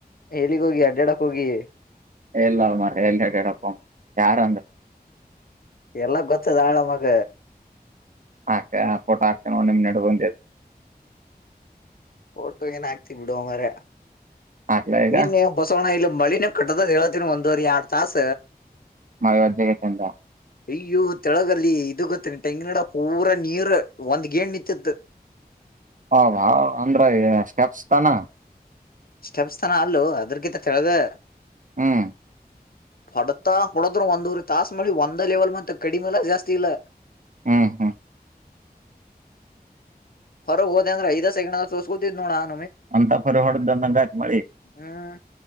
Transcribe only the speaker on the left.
ಎಲ್ಲಿಗ್ ಹೋಗಿ ಅಡ್ಡ್ಯಾಡಕ್ ಹೋಗಿ
ಎಲ್ಲ ಗೊತ್ತದ ಆಳ ನಮಗ
ಫೋಟು ಏನ್ ಹಾಕ್ತಿ ಬಿಡುವೋ ಮಾರಾಯ
ನಿನ್ನೆ ಬಸವಣ ಎಲ್ಲ ಹೊ ಮಳಿನೆ ಕಟ್ಟದದ ಹೇಳತಿನಿ ಒಂದುವರಿ ಎರಡ್ ತಾಸ
ಅಯ್ಯೋ ತೆಳಗಲ್ಲಿ ಇದು ಗೊತ್ತನ ಟೆಂಗಿನಗಿಡಾ ಪೂರಾ ನೀರ್ ಒಂದ್ ಗೇಣ್ ನಿತ್ತಿತ್
ಸ್ಟೆಪ್ಸ್ ತನ ಅಲ್ಲೊ ಅದ್ರಾಗಿತ್ತ ತೆಳಗಾ
ಹೊಡತಾ ಹೊಡದ್ರು ಒಂದುವರಿ ತಾಸ್ ಮಾಡಿ ಒಂದ ಲೆವೆಲ್ ಮತ್ತ್ ಕಡಿಮೆಲ್ಲ ಜಾಸ್ತಿ ಇಲ್ಲ
ಹೊರಕ್ ಹೋದ್ಯಾ ಅಂದ್ರ ಐದಾ ಸೆಕೆಂಡ್ ತೊಸಗೊತಿದ ನೋಡ್ ಅಂತ್
ಹ್ಮ್